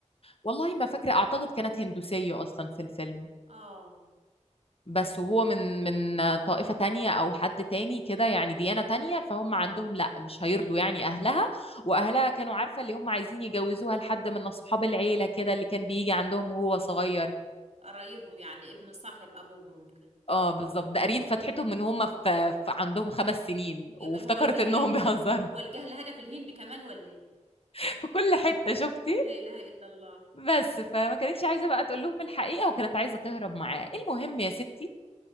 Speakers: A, on the left; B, on the right.
A: والله ما فاكرة اعتقد كانت هندوسية اصلا في الفيلم
B: آه
A: بس وهو من من طائفة تانية أو حد تاني كده يعني ديانة تانية فهم عندهم لأ مش هيرضوا يعني أهلها وأهلها كانوا عارفة اللي هم عايزين يجوزوها لحد من أصحاب العيلة كده اللي كان بيجي عندهم وهو صغير
B: قرايبهم يعني ابن صاحب أبوهم ممكن
A: اه بالظبط ده قارين فتحتهم من هم في عندهم خمس سنين
B: يبقى
A: وافتكرت
B: هو الجهل
A: انهم بيهزروا
B: هو الجهل هدف الهند كمان ولا إيه
A: <laughs> في كل حتة شفتي
B: لا إله إلا الله
A: بس فما كانتش عايزة بقى تقول لهم الحقيقة وكانت عايزة تهرب معاه المهم يا ستي